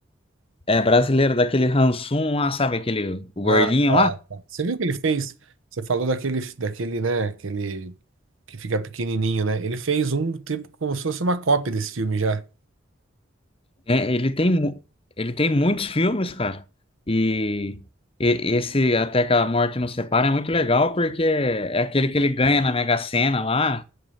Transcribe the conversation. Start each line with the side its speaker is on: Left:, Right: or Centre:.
Left: É brasileiro, daquele Hansum lá, sabe? Aquele o
Right: Ah,
Left: gordinho
Right: tá,
Left: lá.
Right: tá. Você viu o que ele fez? Você falou daquele, daquele, né? Aquele que fica pequenininho, né? Ele fez um tipo como se fosse uma cópia desse filme já.
Left: É, ele tem, mu- ele tem muitos filmes, cara. E. e- Esse Até que a Morte Nos Separe é muito legal porque é aquele que ele ganha na Mega Sena lá.